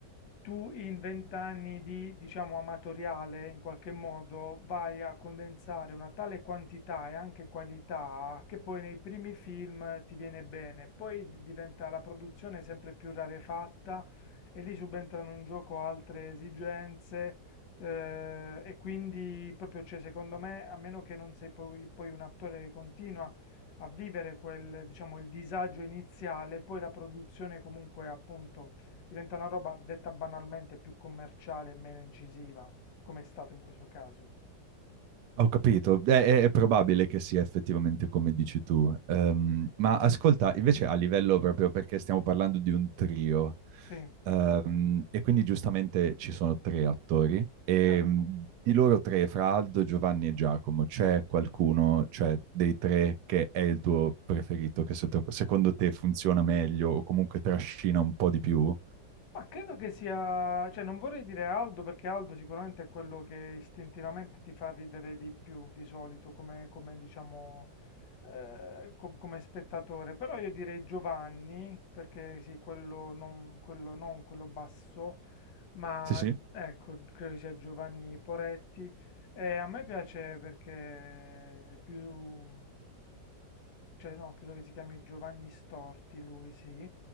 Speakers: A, on the left; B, on the right.
A: tu in vent'anni di, diciamo, amatoriale, in qualche modo, vai a condensare una tale quantità e anche qualità che poi nei primi film ti viene bene, poi di- diventa la produzione sempre più rarefatta e lì subentrano in gioco altre esigenze eh, e quindi proprio, cioè, secondo me, a meno che non sei poi, poi un attore che continua a vivere quel, diciamo, il disagio iniziale, poi la produzione comunque appunto diventa una roba detta banalmente più commerciale e meno incisiva, come è stato in questo caso.
B: Ho capito, è, è- è probabile che sia effettivamente come dici tu, Ehm, ma ascolta, invece a livello proprio perché stiamo parlando di un trio,
A: Sì,
B: ehm, e quindi giustamente ci sono tre attori, e
A: certo.
B: mh, di loro tre, fra Aldo, Giovanni e Giacomo, c'è qualcuno, cioè dei tre, che è il tuo preferito, che se- secondo te funziona meglio o comunque trascina un po' di più?
A: Ma credo che sia, cioè non vorrei dire Aldo perché Aldo sicuramente è quello che istintivamente ti fa ridere di più di solito come, come, diciamo eh, com- come spettatore, però io direi Giovanni perché sì, quello non quello, non quello basso, ma
B: Sì, sì.
A: ecco, credo sia Giovanni Poretti. E a me piace perché è più... cioè no, credo che si chiami Giovanni Storti, lui sì.